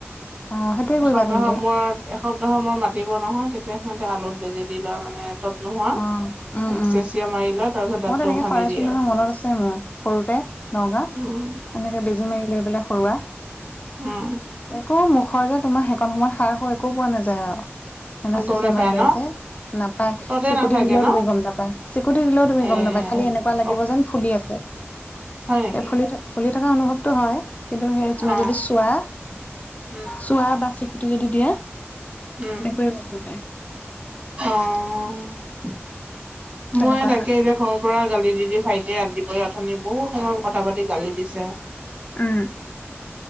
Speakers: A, on the left (about 35°); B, on the right (about 35°).
A: অ সেইটোৱে কৰিবা
B: এসপ্তাহৰ
A: তেন্তে
B: মূৰত এস এসপ্তাহ মই মাতিব নহয় তেতিয়া সিহঁতে আলুত বেজি দি লয় মানে তত নোহোৱা
A: অ, উম,
B: এনেচেচিয়া
A: উম।
B: মাৰি লয় তাৰ পিছত দাঁতটো
A: মই তেনেকে
B: উঘালি
A: সৰাইছো
B: দিয়ে
A: নহয়
B: আৰু
A: মনত আছে মোৰ সৰুতে, নগাঁও,
B: উম
A: এনেকে বেজি মাৰি লৈ পেলাই সৰুৱা
B: উম
A: একো মুখৰ যে তোমাৰ সেইখন সময়ত সাৰ হ একো পোৱা নাযায় আৰু। এনেছিছে
B: উম গম নাপায়
A: মাই লৈ
B: ন
A: যে। নাপায়
B: ততে
A: চিকুতি
B: নাথাকে
A: দিলেও
B: ন
A: তুমি গম নাপায়, চিকুতি দিলেও তুমি
B: এ
A: গম নাপায়, খালি এনেকুৱা লাগিব
B: অ
A: যেন ফুলি আছে। সেই
B: হয় নেকি
A: ফুলি থ ফুলি থকা অনুভৱটো হয় কিন্তু সেই তুমি
B: অ
A: যদি চোৱা
B: উম
A: চোৱা বা চিকুটি যদি দিয়া,
B: উম
A: একোৱেই গম নাপাই।
B: অ'।
A: তেনেকুৱা
B: মই তাকে
A: হয়
B: এতিয়া ঘৰৰ পৰা গালি দি দি ভাইটিয়ে আন পৰিয়া আথনি বহুত সময়ত কথা পাতি গালি দিছে।
A: উম।